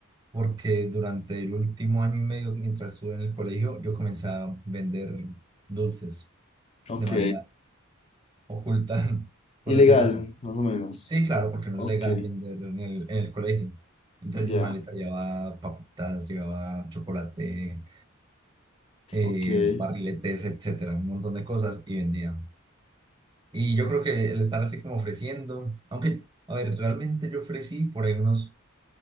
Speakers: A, on the right; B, on the left.
A: Porque durante el último año y medio, mientras estuve en el colegio, yo comencé a vender dulces
B: Ok.
A: de manera oculta, <laughs> por
B: Ilegal,
A: decirlo así.
B: más o menos.
A: Sí, claro, porque no
B: Ok,
A: es legal venderlo en el, en el colegio. Entonces
B: ya,
A: mi maleta llevaba papitas, llevaba chocolate, eh,
B: ok.
A: barriletes, etcétera, un montón de cosas y vendía. Y yo creo que el estar así como ofreciendo, aunque, a ver, realmente yo ofrecí por ahí unos,